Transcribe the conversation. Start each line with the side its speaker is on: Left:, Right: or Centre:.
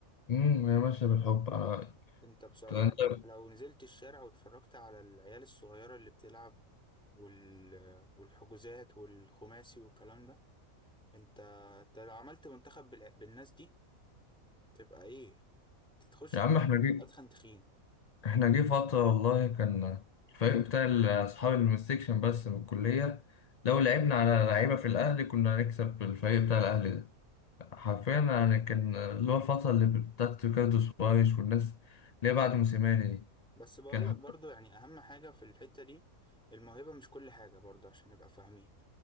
Left: امم هي ماشية بالحب أنا
Centre: أنت بصراحة
Left: أنت
Centre: يعني أنت لو نزلت الشارع واتفرجت على العيال الصغيرة اللي بتلعب وال... والحجوزات والخماسي والكلام ده انت انت لو عملت منتخب بال... بالناس دي تبقى ايه تخش
Left: يا
Centre: تنافس
Left: عم احنا جي
Centre: ادخن تخين
Left: احنا جه فترة والله كان الفريق بتاع ال- أصحاب المستكشن بس من الكلية لو لعبنا على لعيبة في الأهلي كنا هنكسب الفريق بتاع الأهلي ده حرفيا يعني كان اللي هو الفترة اللي بتاعت ريكاردو سوايش والناس اللي هي بعد موسيماني دي
Centre: بس بقول
Left: كان
Centre: لك برضو يعني اهم حاجة في الحتة دي الموهبة مش كل حاجة برضو عشان نبقى فاهمين